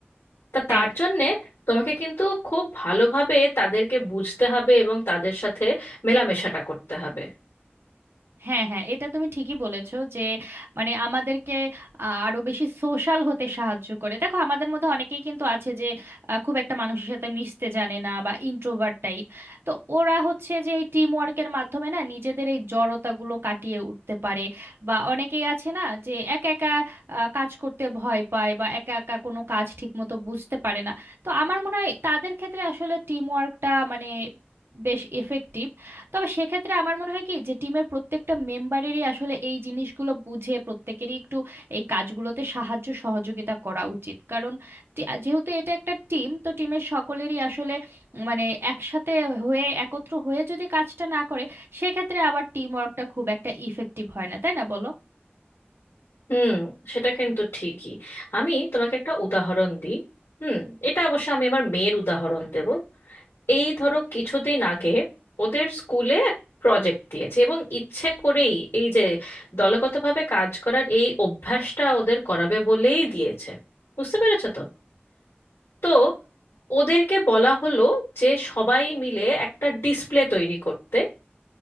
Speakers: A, on the left; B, on the right.
A: তা
B: হ্যাঁ
A: তার জন্যে তোমাকে কিন্তু খুব ভালোভাবে তাদেরকে বুঝতে হবে এবং তাদের সাথে মেলামেশাটা করতে হবে
B: হ্যাঁ হ্যাঁ এটা তুমি ঠিকই বলেছো যে মানে আমাদেরকে আহ, আরো বেশি সোশ্যাল হতে সাহায্য করে দেখো আমাদের মধ্যে অনেকেই কিন্তু আছে যে আহ, খুব একটা মানুষের সাথে মিশতে জানে না বা ইন্ট্রোভার্ট টাইপ তো ওরা হচ্ছে যে এই টিম ওয়ার্কের মাধ্যমে না নিজেদের এই জড়তাগুলো কাটিয়ে উঠতে পারে বা অনেকেই আছে না যে একা একা আহ, কাজ করতে ভয় পায় বা একা একা কোনো কাজ ঠিক মতো বুঝতে পারে না তো আমার মনে হয় তাদের ক্ষেত্রে আসলে টিম ওয়ার্কটা মানে বেশ এফেক্টিভ তবে সেক্ষেত্রে আমার মনে হয় কি যে টিমের প্রত্যেকটা মেম্বারেরই আসলে এই জিনিসগুলো বুঝে প্রত্যেকেরই একটু এই কাজগুলোতে সাহায্য সহযোগিতা করা উচিত কারণ টি- আহ, যেহেতু এটা একটা টিম তো টিমের সকলেরই আসলে উম, মানে একসাথে হয়ে একত্র হয়ে যদি কাজটা না করে সেক্ষেত্রে আবার টিম ওয়ার্কটা খুব একটা ইফেক্টিভ হয় না তাই না বলো
A: হুম সেটা কিন্তু ঠিকই আমি তোমাকে একটা উদাহরণ দিই হুম এটা অবশ্য আমি আমার মেয়ের উদাহরণ দেব এই ধরো কিছুদিন আগে ওদের স্কুলে প্রজেক্ট দিয়েছে এবং ইচ্ছে করেই এই যে দলগতভাবে কাজ করার এই অভ্যাসটা ওদের করাবে বলেই দিয়েছে বুঝতে পেরেছো তো তো ওদেরকে বলা হলো যে সবাই মিলে একটা ডিসপ্লে তৈরি করতে